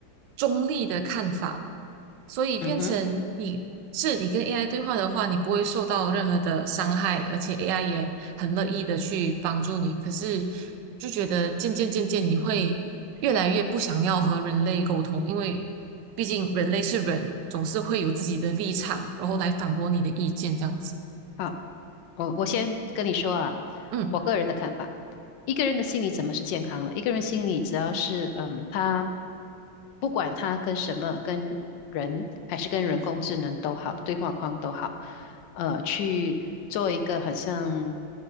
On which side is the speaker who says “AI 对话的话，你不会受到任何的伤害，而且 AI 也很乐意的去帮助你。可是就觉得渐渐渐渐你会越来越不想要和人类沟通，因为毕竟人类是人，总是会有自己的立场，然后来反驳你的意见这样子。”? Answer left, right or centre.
Right